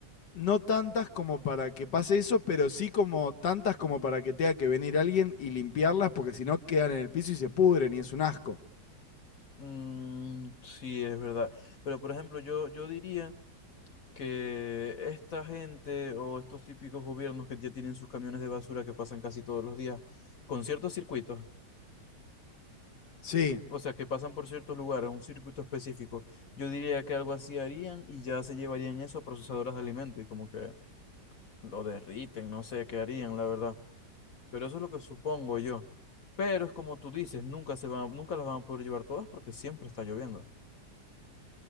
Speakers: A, on the left; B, on the left.
A: No tantas como para que pase eso, pero sí como tantas como para que tenga que venir alguien y limpiarlas, porque si no quedan en el piso y se pudren y es un asco.
B: Mm, sí, es verdad. Pero por ejemplo, yo, yo diría que esta gente o estos típicos gobiernos que ya tienen sus camiones de basura que pasan casi todos los días con ciertos circuitos.
A: Sí,
B: o sea, que pasan por ciertos lugares, un circuito específico, yo diría que algo así harían y ya se llevarían eso a procesadoras de alimento y como que lo derriten, no sé qué harían, la verdad. Pero eso es lo que supongo yo. Pero es como tú dices, nunca se van, a- nunca las van a poder llevar todas porque siempre está lloviendo.